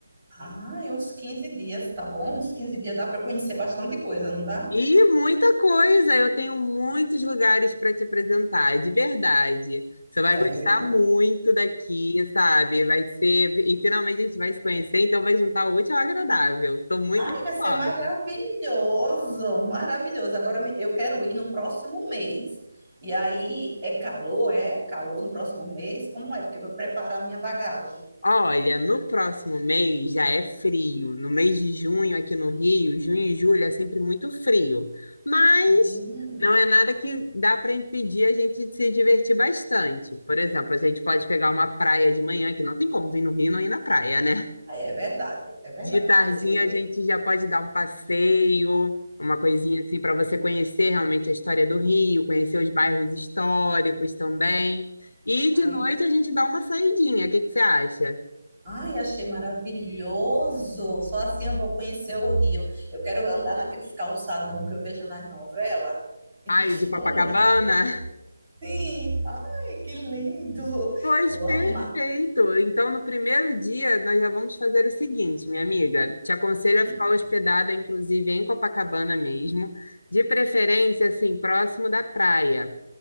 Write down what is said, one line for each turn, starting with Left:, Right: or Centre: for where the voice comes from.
Right: Ah, é uns 15 dias, tá bom? Uns quinze dias dá para conhecer bastante coisa, não dá?
Left: E muita coisa, eu tenho muitos lugares para te apresentar, de verdade. Você vai
Right: Ah,
Left: gostar
Right: eu
Left: muito daqui, sabe? Vai ser, e finalmente a gente vai se conhecer, então vai juntar o útil ao agradável. Estou muito
Right: Ai, vai ser
Left: ansiosa.
Right: maravilhoso, maravilhoso. Agora me- eu quero ir no próximo mês. E aí é calor, é? Calor no próximo mês? Como é? Porque eu vou preparar minha bagagem.
Left: Olha, no próximo mês já é frio. No mês de junho aqui no Rio, junho e julho é sempre muito frio. Mas
Right: Hum,
Left: não é nada que dá para impedir a gente de se divertir bastante. Por exemplo, a gente pode pegar uma praia de manhã, que não tem como vir no Rio e não ir na praia, né?
Right: é verdade, é verdade.
Left: De tardinha
Right: Eu preciso
Left: a gente
Right: ir.
Left: já pode dar um passeio, uma coisinha assim para você conhecer realmente a história do Rio, conhecer os bairros históricos também. E
Right: Ai,
Left: de noite a gente dá uma saidinha. O que que você acha?
Right: ai, achei maravilhoso. Só assim eu vou conhecer o Rio. Eu quero andar naqueles calçadão que eu vejo nas novelas. Eu
Left: Ai,
Right: acho
Left: de Copacabana?
Right: tão lindo.
Left: <laughs>
Right: Sim, ai, que lindo.
Left: Pois
Right: Vou
Left: perfeito.
Right: amar.
Left: Então, no primeiro dia, nós já vamos fazer o seguinte, minha amiga. Te aconselho
Right: Hum,
Left: a ficar hospedada, inclusive, em Copacabana mesmo, de preferência, assim, próximo da praia.